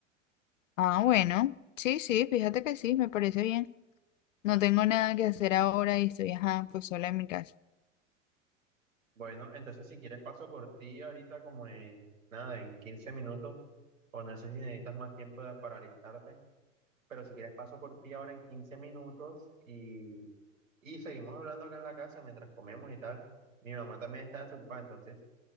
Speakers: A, on the left (about 70°); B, on the right (about 75°).
A: Ah, bueno, sí, sí, fíjate que sí, me parece bien. No tengo nada que hacer ahora y estoy, ajá, pues sola en mi casa.
B: Bueno, entonces si quieres paso por ti ahorita como en nada, en 15 minutos, o no sé si necesitas más tiempo de- para alistarte, pero si quieres paso por ti ahora en 15 minutos y, y seguimos hablando acá en la casa mientras comemos y tal. Mi mamá también está desocupada, entonces